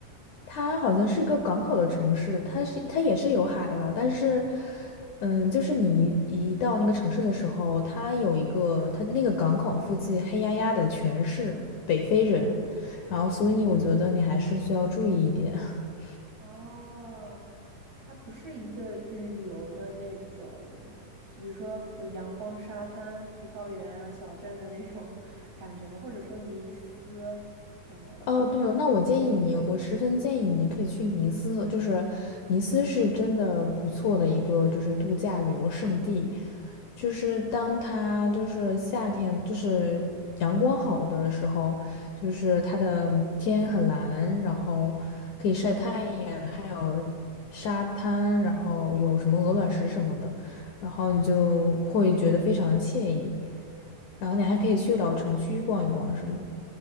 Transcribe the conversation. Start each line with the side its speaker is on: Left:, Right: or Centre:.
Left: 它好像是个港口的城市，它是它也是有海了，但是，嗯，就是你一到那个城市的时候，它有一个它那个港口附近黑压压的全是北非人，然后所以我觉得你还是需要注意一点。<laughs>
Right: 哦，它不是一个旅游的那种，就比如说有阳光、沙滩、葡萄园啊、小镇的那种 <laughs> 感觉吗？或者说尼斯什么？
Left: 哦，对哦，那我建议你，我十分建议你可以去尼斯，就是尼斯是真的不错的一个就是度假旅游胜地，就是当它就是夏天就是阳光好的时候，就是它的天很蓝，然后可以晒太阳，还有沙滩，然后有什么鹅卵石什么的，然后你就会觉得非常的惬意，然后你还可以去老城区逛一逛什么的